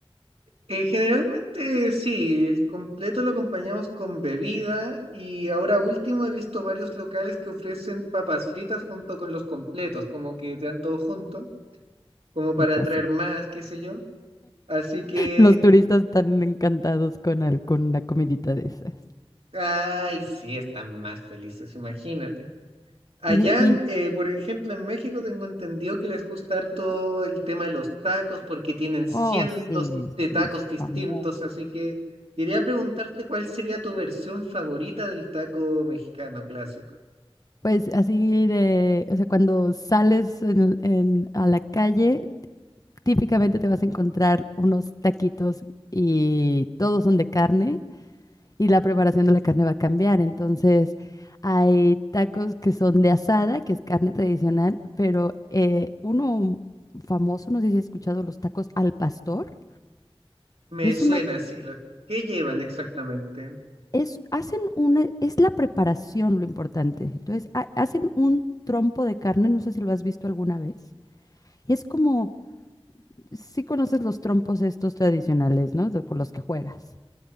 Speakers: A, on the right; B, on the left.
A: Eh, generalmente sí, el completo lo acompañamos con bebida y ahora último he visto varios locales que ofrecen papas fritas junto con los completos, como que te dan todo junto, como para
B: Y pues
A: atraer
B: sí,
A: más, qué sé yo. Así que,
B: los turistas están encantados con, al- con la comidita de esas.
A: ay, sí, están más felices, imagínate. Allá,
B: Oye, y,
A: eh, por ejemplo, en México tengo entendido que les gusta harto el tema de los tacos porque tienen cientos
B: oh, sí,
A: de
B: somos
A: tacos distintos,
B: famosos.
A: así que quería preguntarte cuál sería tu versión favorita del taco mexicano clásico.
B: Pues así de, o sea, cuando sales en- en- a la calle, típicamente te vas a encontrar unos taquitos y todos son de carne y la preparación de la carne va a cambiar. Entonces, hay tacos que son de asada, que es carne tradicional, pero eh, uno famoso, no sé si has escuchado los tacos al pastor.
A: Me
B: Y es
A: suena
B: una,
A: así. lo- ¿Qué llevan exactamente?
B: es, hacen una, es la preparación lo importante. Entonces, ha- hacen un trompo de carne, no sé si lo has visto alguna vez. Y es como, si conoces los trompos estos tradicionales, ¿no? De- con los que juegas.